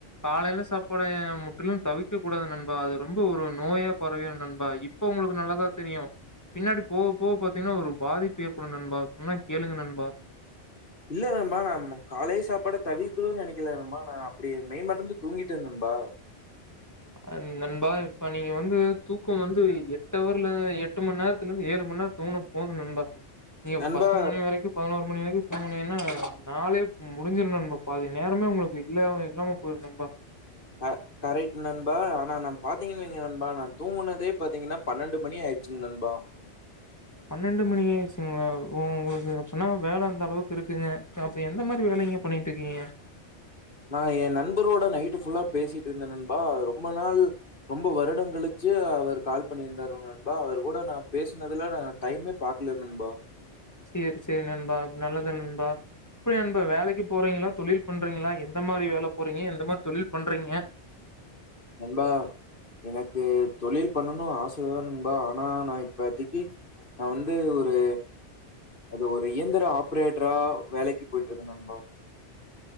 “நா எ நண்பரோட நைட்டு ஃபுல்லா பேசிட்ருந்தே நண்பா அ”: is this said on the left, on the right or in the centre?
Left